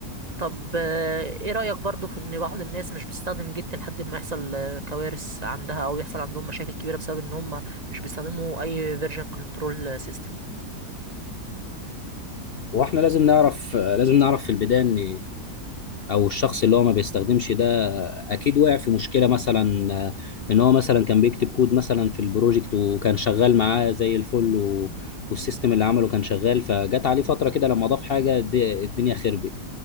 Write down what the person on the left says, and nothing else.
واحنا لازم نعرف آه، لازم نعرف في البدايه ان او الشخص اللي هو ما بيستخدمش ده اكيد وقع في مشكله مثلا آه، ان هو مثلا كان بيكتب كود مثلا في البروجكت وكان شغال معاه زي الفل و... والسيستم اللي عمله كان شغال فجت عليه فتره كده لما ضاف حاجه الد- الدنيا خربت